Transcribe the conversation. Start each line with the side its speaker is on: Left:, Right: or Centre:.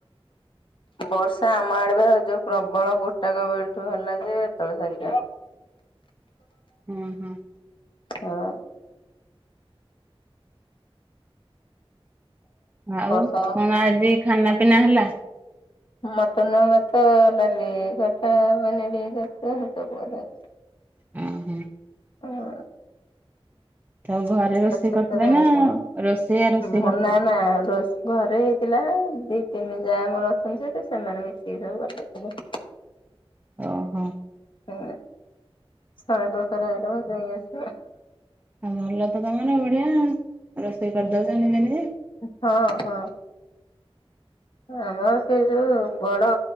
Left: ବର୍ଷା ଆମ ଆଡେ ବା ଯୋଉ ପ୍ରବଳ ଗୋଟାକ ବେଳଠୁ ହେଲା ଯେ ଏତୋଳ ସାରିକା।
Right: ହୁଁ ହୁଁ।
Left: ହଁ।
Right: ଆଉ
Left: ବର୍ଷା
Right: କଣ ଆଜି ଖାନା ପିନା ହେଲା?
Left: ମଟନ, ଭାତ, ଡାଲି, ଖଟା, ପନିର, ଛତୁ ସବୁ କଥା ହେଇଚି।
Right: ଉଁ ହୁଁ।
Left: <unintelligible>
Right: ତାଙ୍କ ଘରେ ରୋଷେଇ
Left: କେତେ ପ୍ରକାର
Right: କରିଥିଲେ
Left: ଆଇଟମ?
Right: ନା ରୋଷେଇଆ ରୋଷେଇ
Left: ହୁଁ
Right: କରିଥିଲା?
Left: ନା ନା ରୋଷ ଘରେ ହେଇଥିଲା ଦି ତିନି ଯା ଆମର ଅଛନ୍ତି ସେଠି ସେମାନେ ମିଶିକି ସବୁ କରିଦେଇଥିଲେ।
Right: ଓହୋ
Left: ହଁ ଶହେ ପ୍ରକାର ଆଇଟମ <unintelligible>
Right: ହଁ ଭଲ ତ ତମର ବଢିଆ ରୋଷେଇ କରିଦୋଉଚ ନିଜେ ନିଜେ
Left: ହଁ ହଁ। ଆମର ସେ ଯୋଉ ବଡ